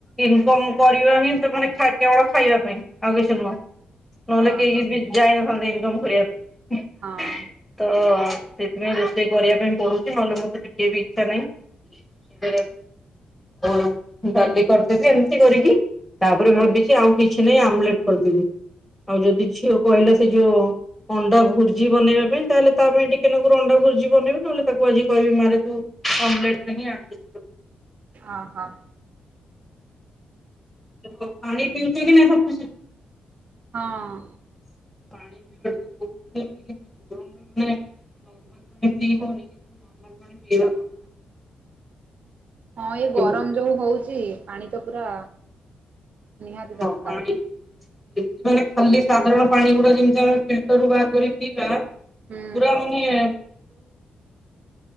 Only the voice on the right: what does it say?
ଓହୋ
ହଁ।
ଅ ହଁ।
ହଁଅ।
ହଁ
ଏଇ ଗରମ
ଯୋଉ ହଉଛି ପାଣି ତ ପୁରା ନିହାତି ଦରକାର
ହୁଁ